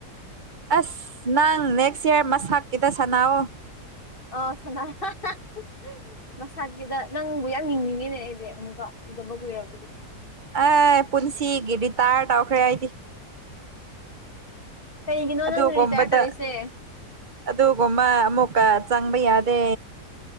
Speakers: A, on the right; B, on the left.
A: ꯑ꯭ꯁ ꯅꯪ ꯅꯦꯛꯁ ꯌ꯭ꯔ ꯃꯁꯥꯛꯀꯤꯗ ꯁꯥꯟꯅꯥꯑꯣ
B: ꯑ ꯁꯥꯅ ꯍꯥ ꯍꯥ ꯃꯁꯥꯀꯤꯗ ꯅꯪꯕꯨ ꯌꯥꯝ ꯌꯦꯡꯅꯤꯡꯉꯤꯅꯦ ꯑꯩꯗꯤ ꯑꯃꯨꯛꯀꯥ ꯎꯗꯕ ꯀꯨꯏꯔꯕꯒꯤ
A: ꯑꯥ ꯄꯨꯟꯁꯤꯒꯤ ꯔꯤꯇꯥꯏꯔ ꯇꯧꯈ꯭ꯔꯦ ꯑꯩꯗꯤ
B: ꯀꯩꯒꯤꯅꯣ
A: ꯑꯗꯨꯒꯨꯝꯕꯗ
B: ꯅꯪꯅ ꯔꯤꯇꯥꯌꯔ ꯇꯧꯔꯤꯁꯦ
A: ꯑꯗꯨꯒꯨꯝꯕ ꯑꯃꯨꯛꯀ ꯆꯪꯕ ꯌꯥꯗꯦ